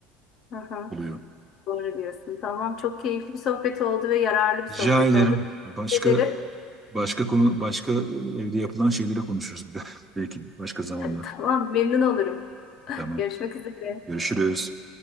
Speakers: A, on the left (about 45°); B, on the right (about 15°).
A: Aha,
B: oluyor.
A: doğru diyorsun. Tamam, çok keyifli bir sohbet oldu ve yararlı bir sohbet
B: Rica ederim.
A: oldu.
B: Başka
A: Teşekkür ederim.
B: Başka konu, başka e, evde yapılan şeylere konuşuruz. <laughs> Belki başka zamanda.
A: <laughs> Tamam, memnun olurum.
B: Tamam.
A: Görüşmek üzere.
B: Görüşürüz.